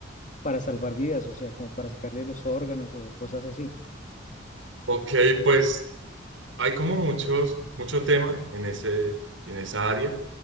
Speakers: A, on the left; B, on the right.
A: para salvar vidas, o sea, como para sacarle los órganos o cosas así?
B: Ok, pues hay como muchos, mucho tema en ese, en esa área.